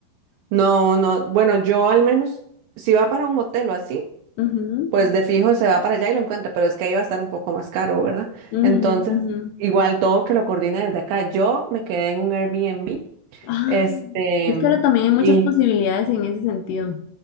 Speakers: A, on the right (about 80°); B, on the left (about 80°).
A: No, no, bueno, yo al menos, si va para un hotel o así,
B: Ujú,
A: pues de fijo se va para allá y lo encuentra, pero es que ahí va a estar un poco más caro, ¿verdad?
B: ujú,
A: Entonces,
B: ujú.
A: igual todo que lo coordine desde acá. Yo me quedé en un Airbnb,
B: Ah,
A: este,
B: es que ahora también hay muchas
A: y
B: posibilidades en ese sentido.